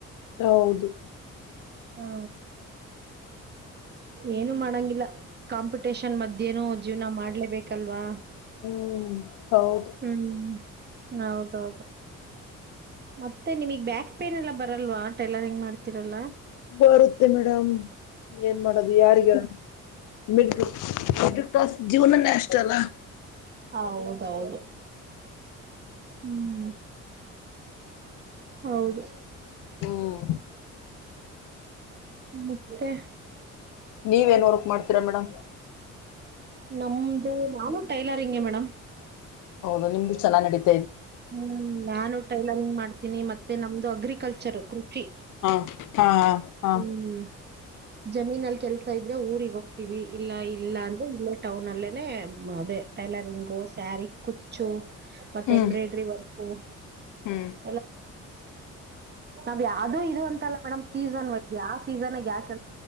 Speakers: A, on the left; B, on the right.
A: ಹೌದು
B: ಹು ಏನು ಮಾಡಂಗಿಲ್ಲ ಕಾಂಪಿಟೇಷನ್ ಮಧ್ಯನ ಜೀವ್ನ ಮಾಡ್ಲೇಬೇಕಲ್ವಾ
A: ಹ್ಮ್ ಹೌದು
B: ಹ್ಮ್ ಹೌದೌದು ಮತ್ತೆ ನಿಮಗ್ ಬ್ಯಾಕ್ ಪೇನ್ ಎಲ್ಲ ಬರಲ್ವಾ ಟೈಲರಿಂಗ್ ಮಾಡ್ತೀರಲ್ಲ
A: ಬರುತ್ತೆ ಮೇಡಮ್ ಏನ್ ಮಾಡದು ಯಾರಿಗಾರ ಮೆಟ್ರಕ್ ಮೆಟ್ರಿಕ್ ಪಾಸ್ ಜವನ ನೆಷ್ಟಟಲ್ಲ
B: ಹ ಹೌದೌದು ಹ್ಮ್ ಹೌದು
A: ಹ್ಮ್
B: ಮತ್ತೆ
A: ನೀವೇನ್ ವರ್ಕ್ ಮಾಡ್ತೀರಾ ಮೇಡಮ್
B: ನಮ್ದು ನಾನು ಟೈಲರಿಂಗೆ ಮೇಡಮ್
A: ಹೌದು ನಿಮ್ದು ಚೆನ್ನಗಿ ನಡೀತೆ
B: ಹ್ಮ್ ನಾನು ಟೈಲರಿಂಗ್ ಮಾಡ್ತೀನಿ ಮತ್ತೆ ನಮ್ದು ಅಗ್ರಿಕಲ್ಚರ್ ಕೃಷಿ
A: ಹಾ ಹಾ ಹಾ
B: ಹ್ಮ್ ಜಮೀನಲ್ಲಿ ಕೆಲ್ಸ ಇದ್ರೆ ಊರಿಗೆ ಹೋಗ್ತೀವಿ ಇಲ್ಲ ಇಲ್ಲ ಅಂದ್ರೆ ಇಲ್ಲೇ ಟೌನ್ ಅಲ್ಲೇನೆ ಅದೇ ಟೈಲರಿಂಗು ಸ್ಯಾರಿ ಕುಚ್ಚು ಮತ್ತೆ
A: ಹ್ಮ್
B: ಎಂಬ್ರಾಯ್ಡರಿ ವರ್ಕ್ ಓ
A: ಹ್ಮ್
B: ಎಲ್ಲ ನಾವ್ ಯಾವ್ದೂ ಇದು ಅಂತಲ್ಲ ಮೇಡಮ್ ಸೀಸನ್ ವ ಆ ಸೀಸನ್ ಯಾಕ